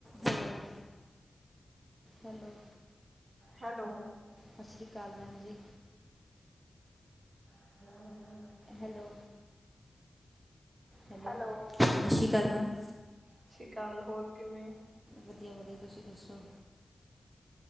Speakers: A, on the right; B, on the right.
A: Hello hello
B: hello.
A: ਸਸ ਸ੍ਰੀ ਕਾਲ ਮੈਮ ਜੀ।
B: <inaudible>
A: ਹੈਲੋ। ਹੈਲੋ ਹੈਲੋ ਸਸ਼੍ਰੀ ਕਾਲ ਮੈਮ।
B: ਸਸ਼੍ਰੀ ਕਾਲ ਹੋਰ ਕਿਵੇਂ ਓ?
A: ਵਧੀਆ- ਵਧੀਆ ਤੁਸੀਂ ਦੱਸੋ?